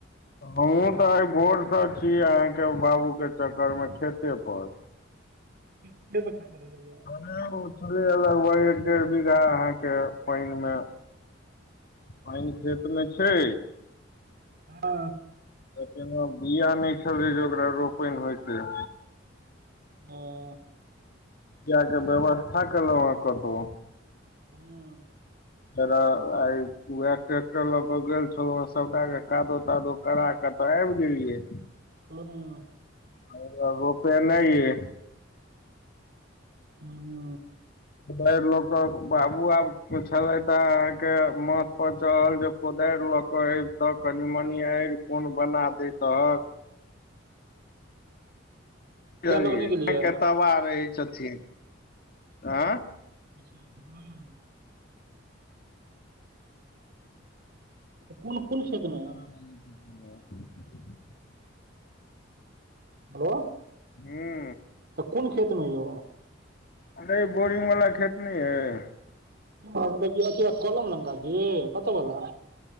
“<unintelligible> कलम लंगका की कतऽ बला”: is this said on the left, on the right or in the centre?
Right